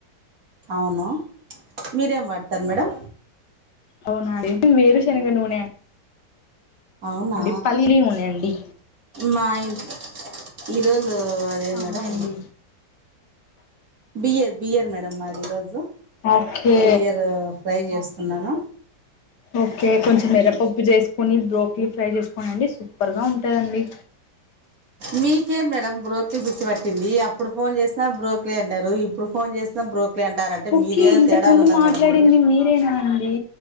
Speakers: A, on the right; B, on the left.
A: అవును మీరేం వాడతారు మేడం
B: అవునండి వేరు శనగ నూనె
A: అవునా
B: అండి పల్లి నూనె అండి
A: మా ఇంట్లో ఈరోజు అదేంది
B: అవునండి
A: మేడం బియర్ బియర్ మేడం మాది ఈరోజు
B: ఓకే
A: బియరు ఫ్రై చేస్తున్నాను
B: ఓకే కొంచెం మిరపప్పు చేసుకుని బ్రోక్లీ ఫ్రై చేసుకోని అండి సూపర్గా ఉంటదండి
A: మీకేం మేడం బ్రోక్లి పిచ్చి పట్టింది అప్పుడు ఫోన్ చేసినా బ్రోక్లి అన్నారు ఇప్పుడు ఫోన్ చేసినా బ్రోక్ అన్నారంటే
B: ఓకే
A: మీదేదో
B: ఇంతకు
A: తేడా
B: ముందు
A: ఉన్నారు
B: మాట్లాడింది
A: మేడం
B: మీరేనా అండి